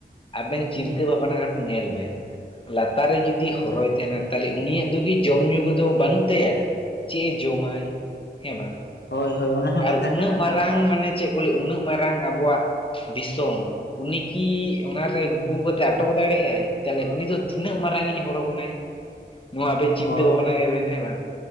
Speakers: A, on the left; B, on the left.
A: ᱟᱵᱮᱱ ᱪᱤᱱᱛᱟᱹ ᱵᱷᱟᱵᱽᱱᱟ ᱠᱟᱛᱮᱫ ᱧᱮᱞ ᱵᱮᱱ ᱞᱟᱛᱟᱨ ᱨᱮ ᱡᱩᱫᱤ ᱦᱚᱨᱚᱭ ᱛᱟᱦᱮᱱᱟ ᱛᱟᱦᱚᱞᱮ ᱩᱱᱤᱭᱟᱜ ᱫᱚᱠᱤ ᱡᱚᱢ ᱧᱩ ᱠᱚᱫᱚ ᱵᱟᱹᱱᱩᱜ ᱛᱟᱭᱟ ᱪᱮᱫ ᱮ ᱡᱚᱢᱟᱭ ᱦᱮᱸ ᱵᱟᱝ
B: ᱦᱳᱭ ᱦᱳᱭ ᱚᱱᱟ ᱦᱚᱸ
A: ᱟᱨ
B: ᱠᱟᱛᱷᱟ
A: ᱩᱱᱟᱹᱜ
B: ᱠᱟᱱᱟ
A: ᱢᱟᱨᱟᱝ
B: ᱟᱨ
A: ᱢᱟᱱᱮ ᱪᱮᱫ ᱠᱚ ᱞᱟᱹ ᱩᱱᱟᱹᱜ ᱢᱟᱨᱟᱝ ᱟᱵᱚᱣᱟᱜ ᱫᱤᱥᱚᱢ ᱩᱱᱤ ᱠᱤ ᱚᱱᱟᱨᱮ ᱜᱩᱜᱩ ᱠᱟᱛᱮ ᱟᱴᱚᱠ ᱫᱟᱲᱮ ᱭᱟᱜᱼᱟᱭ ᱛᱟᱦᱞᱮ ᱩᱱᱤ ᱫᱚ ᱛᱤᱱᱟᱹᱜ ᱢᱟᱨᱟᱝᱤᱡ ᱦᱚᱨᱚ ᱠᱟᱱᱟᱭ <inaudible> ᱱᱚᱣᱟ ᱟᱵᱮᱱ ᱪᱤᱱᱛᱟᱹ
B: ᱦᱳᱭ
A: ᱵᱷᱟᱵᱽᱱᱟᱭ ᱵᱮᱱ ᱦᱮᱸ ᱵᱟᱝ,